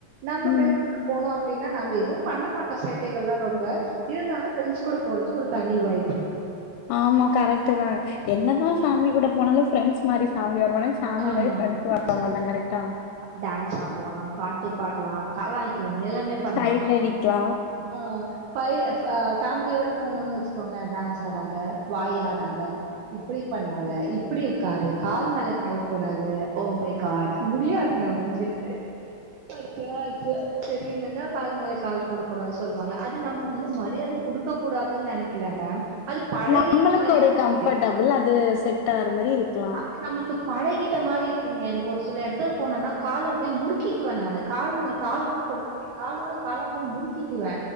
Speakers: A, on the right; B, on the left.
A: நம்ம
B: ம்
A: ஃபிரெண்ட் கூட போனோ அப்டின்னா நம்ம எதுவு பண்ண மாட்டோ சேட்டைகள்லா ரொம்ப இருந்தாலு ஃபிரெண்ஸ் கூட போறது ஒரு தனி வைபு
B: ஆமா கரெக்ட்டுதா என்னதா ஃபேமிலி கூட போனாலு ஃப்ரெண்ட்ஸ் மாரி ஃபேமிலி வரமாட்டாங்க ஃபேமிலி
A: ஆமா.
B: மாரி ஃப்ரெண்ஸ்
A: புடிச்சது
B: வர மாட்டாங்க கரெக்டா
A: டான்ஸ் ஆடலா‌ பாட்டு பாடலா கலாய்க்கலா எல்லாமே பண்லா
B: சைட் அடிக்கலா
A: ஆ ஃபை ஃபே ஃபேமிலியோட போணோனு வெச்சுக்கோங்களே டான்ஸ் ஆடாத வாய் ஆடாத இப்பிடி பண்ணாத இப்பிடி உக்காரு கால் மேல கால் போடாத ஓ மை காட் முடியாதுங்க உண்மையிலே அச்சோ அச்சோ பெரியவங்க இருந்தா கால் மேல கால் போடக்கூடாது சொல்வாங்க அது நம்ம வந்து மரியாத குடுக்க கூடாதுன்னு நெனைக்கிலங்க அது பழகிட்ட
B: நம்மளுக்கு
A: மாரி இருக்கில்லிங்
B: ஒரு கம்ஃபர்டபிள் அது செட் ஆகுற மாரி இருக்கலா
A: அது நம்மளுக்கு பழகிட்ட மாரி இருக்குங்க எனக்கு ஒரு சில எடத்துல போனன்னா கால அப்படியே முறுக்கிக்குவ நானு கால் மேல கால்லா போட மாட்ட காலோட காலா அப்டியே முறுக்கிக்கிவே